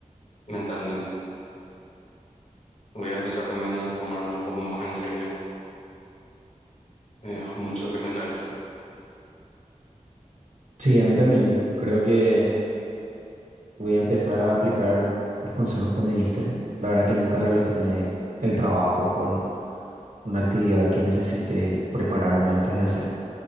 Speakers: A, on the left; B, on the right.
A: mentalmente. Voy a empezar también a tomarlo un poco más en serio. Me dejó mucho que pensar esto.
B: Sí, a mí también. Creo que voy a empezar a aplicar los consejos que me diste. La verdad que nunca relacioné el trabajo con una actividad que necesite prepararme antes de hacer.